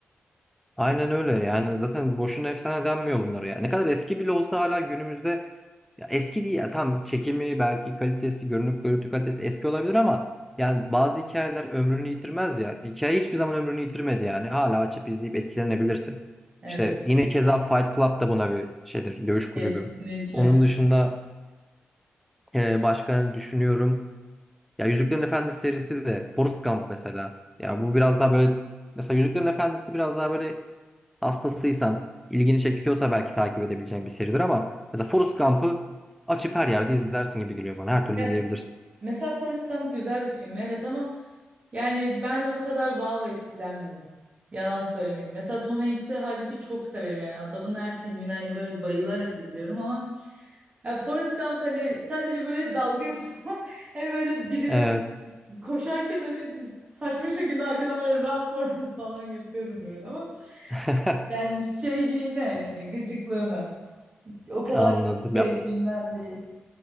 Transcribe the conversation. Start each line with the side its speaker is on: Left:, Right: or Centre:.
Centre: Aynen öyle yani zaten boşuna efsane denmiyor bunlara ya. Ne kadar eski bile olsa hala günümüzde ya eski değil ya tam çekimi belki kalitesi görünüp görüntü kalitesi eski olabilir ama yani bazı hikayeler ömrünü yitirmez ya. Hikaye hiçbir zaman ömrünü yitirmedi yani hala açıp izleyip etkilenebilirsin.
Right: Evet,
Centre: İşte yine keza Fight Club da buna bir şeydir dövüş kulübü.
Right: kesinlikle.
Centre: Onun dışında e, başka ne düşünüyorum. Ya Yüzüklerin Efendisi serisi de Forrest Gump mesela. Ya bu biraz daha böyle mesela Yüzüklerin Efendisi biraz daha böyle hastasıysan, ilgini çekiyorsa belki takip edebileceğin bir seridir ama mesela Forrest Gump'ı açıp her yerde izlersin gibi geliyor bana. Her türlü
Right: Ya
Centre: izleyebilirsin.
Right: Mesela Forrest Gump güzel bir film evet ama yani ben o kadar wow etkilenmedim. Yalan söylemeyeyim. Mesela Tom Hanks'i halbuki çok severim yani adamın her filmini hani böyle bayılarak izliyorum ama ya Forrest Gump hani sadece böyle dalgası <laughs> hani böyle birileri
Centre: Evet.
Right: koşarken hani saçma şekilde arkadan böyle run Forrest falan yapıyorum böyle ama
Centre: <laughs>
Right: yani şeyliğine hani gıcıklığına o kadar
Centre: Anladım.
Right: çok sevdiğimden
Centre: Ya, o-
Right: değil.